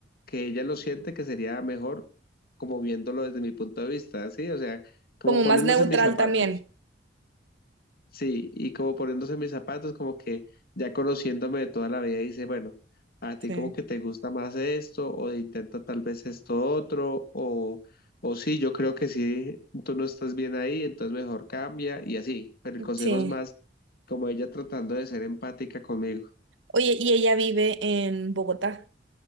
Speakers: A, on the left; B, on the right.
A: que ella lo siente que sería mejor como viéndolo desde mi punto de vista, ¿sí? O sea, como
B: Como
A: poniéndose
B: más neutral
A: en mis zapatos.
B: también.
A: Sí, y como poniéndose mis zapatos, como que ya conociéndome de toda la vida, dice, bueno, a ti
B: Sí.
A: como que te gusta más esto, o intenta tal vez esto otro, o, o sí, yo creo que sí, tú no estás bien ahí, entonces mejor cambia, y así. Pero el consejo
B: Sí.
A: es más como ella tratando de ser empática conmigo.
B: Oye, ¿y ella vive en Bogotá?